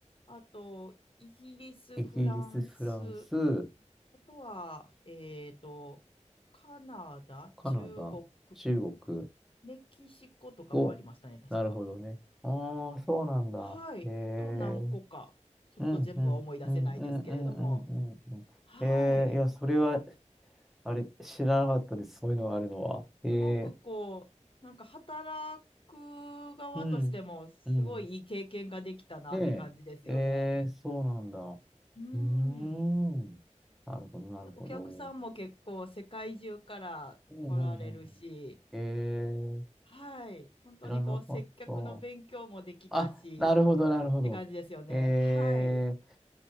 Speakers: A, on the left; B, in the centre.
A: あと、イギリス、
B: イギリス、
A: フランス、
B: フランス、
A: あとは、えっと、カナダ、
B: カナダ、
A: 中国、
B: 中国、
A: メキシコとかもありましたね、
B: お、
A: 確か。
B: なるほどね。ああ、そうなんだ。
A: はい。
B: へえ、
A: あと何個か。ちょっと全部は思い出せないですけれども。
B: うん、うん、うん、うん、うん、うん、うんうん。
A: はい。
B: へえ、いや、それは、あれ、知らなかったです。そういうのがあるのは。へえ
A: すごくこう、なんか働く側としても、
B: うん。
A: すごいいい経験ができたなって感じですよね。
B: うん。で、えー、そうなんだ。う
A: うん。
B: ーん。なるほど、なるほど。
A: で、お客さんも結構世界中から来られるし、
B: うんうんうんうん。えー、
A: はい。本当にこう、
B: 知らなかった。
A: 接客の勉強もできたし、
B: あ、なるほど、なるほど。
A: って感じですよね。
B: え
A: はい。